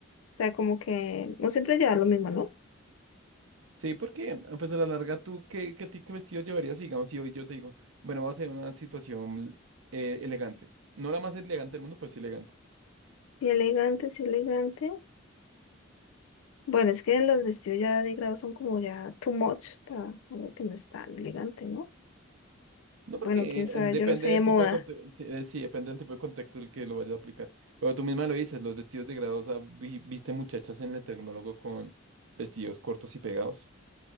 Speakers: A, on the left; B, on the right.
A: sea, como que no siempre llevar lo mismo, ¿no?
B: Sí, porque pues a la larga, ¿tú qué, qué, ti- qué vestido llevarías? Digamos, si hoy yo te digo, bueno, vamos a hacer una situación eh, elegante. No la más elegante del mundo, pero sí elegante.
A: Sí, elegante, sí, elegante. Bueno, es que los vestidos ya de grado son como ya too much para algo que no es tan elegante, ¿no?
B: No,
A: Bueno,
B: porque
A: quién
B: eh,
A: sabe,
B: depende
A: yo no sé
B: del
A: de moda.
B: tipo de contexto, sí, eh, sí, depende del tipo de contexto el que lo vayas a aplicar. Pero tú misma lo dices, los vestidos degradados, ah, vi- viste muchachas en el tecnólogo con vestidos cortos y pegados,